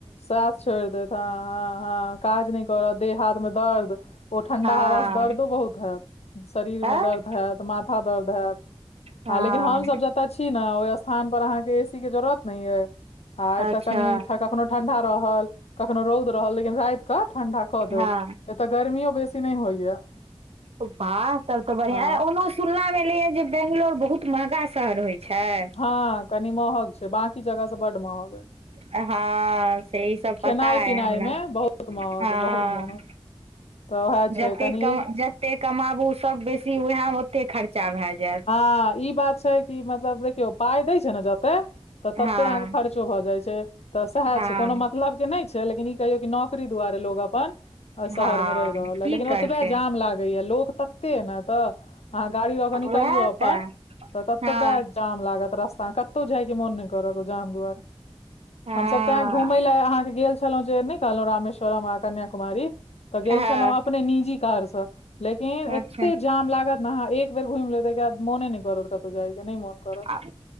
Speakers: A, on the left; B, on the right.
A: साथ छोड़ि देैत हँ हँ हँ काज नहि करत देह हाथ में दर्द ओ ठंडा
B: हँ
A: हवा से दर्दो बहुत हैत शरीर
B: तऽ
A: में दर्द हैत माथ दर्द होयत
B: हँ
A: हं लेकिन हमस जतऽ छी ना ओहि स्थान पर अहाँ के ए सी के जरूअत नहि ये आ एतऽ
B: अच्छा
A: कनि कखनो ठंडा रहल कख रौद रहल लेकिन र कऽ ठंडा क देतऽ
B: हँ
A: एतअ गर्मियों बेसी नहि होइया
B: वाह सब तो बढ़िआ
A: हँ
B: ओहो सुनना में एले है जे बेंगलोर बहुत महगा शहर होइ छै
A: हँ कनि महग छै बाकी जगह से बड महग अइ
B: हँ से ई सब
A: खेनाइ
B: पता यै
A: पिनाइ
B: हमरा
A: मे बहुत महग
B: हँ
A: बहुत <inaudible> छै
B: जतेक
A: कनि
B: कमा जतेक कमाबू सब बेसी उएहमे ओतेक खर्चा भए जायत
A: हँ ई बात छै कि मतलब देखियौ पाइ दै छै ने जते तऽ तते
B: हँ
A: अहाँ के खर्चो भऽ जाय छै तऽ सएह
B: हँ
A: छै कोनो मतलब के नहि छै लेकिन ई कहियो कि नाक दुआरे लोग अपन शहर
B: हँ
A: में रहि रहल है
B: की
A: लेकिन ओतबे
B: करतै
A: जाम लागैए लोक तते ने तऽ आंहा गाड़ी ल कऽ निकलियौ
B: उएह
A: अपन
B: तऽ
A: ततबे
B: हँ
A: जाम लागत रास्ता मे कतौ जाय के मोन नहि करत ओ जाम दुआरे
B: हँ
A: हमसभ तैं घूमय लै अहाँके गेल छलहुँ जे नै कहलहुँ रमेश्वरम आ कन्याकुमारी तऽ गेल
B: हँ
A: छलहुं अपने निजी कार से लेकिन एते
B: अच्छा
A: जाम लागल नहा एक बेर घुमि लेतय एकर बाद मोने नहि करत कतौ जाय के नहि मोन करत
B: आ